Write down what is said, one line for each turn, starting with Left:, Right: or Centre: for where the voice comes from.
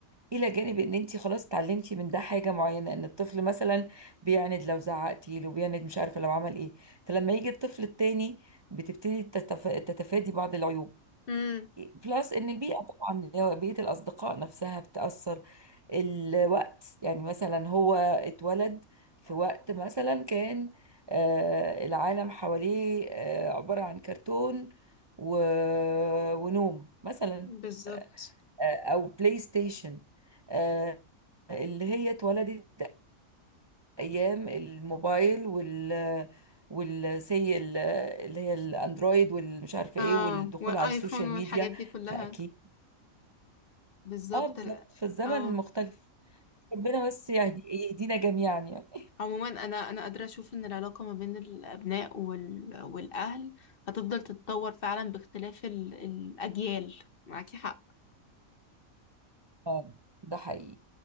Right: الى جانب ان انت خلاص اتعلمتي من ده حاجه معينه ان الطفل مثلا بيعند لو زعقتي له بيعند مش عارفه لو عمل ايه فلما يجي الطفل التاني بتبتدي تتف... تتفادي بعض العيوب
Left: امم
Right: بلس ان البيئه طبعا اللي هو بيئه الاصدقاء نفسها بتاثر الوقت يعني مثلا هو اتولد في وقت مثلا كان آه، العالم حواليه آه، عباره عن كرتون و... ونوم مثلا
Left: بالظبط
Right: آه، او بلاي ستيشن آه، اللي هي اتولدت ايام الموبايل وال والسي اللي هي الاندرويد والمش عارفه
Left: اه
Right: ايه والدخول
Left: والايفون
Right: على السوشيال ميديا
Left: والحاجات دي كلها
Right: فاكيد
Left: بالظبط
Right: اه بالظبط
Left: ال-
Right: في الزمن
Left: اه
Right: المختلف ربنا بس يهدي يهدينا جميعا يعني
Left: عموما انا انا قادره اشوف ان العلاقه ما بين الابناء وال... والاهل هتفضل تتطور فعلا باختلاف ال... الاجيال معاكي حق
Right: اه ده حقيقي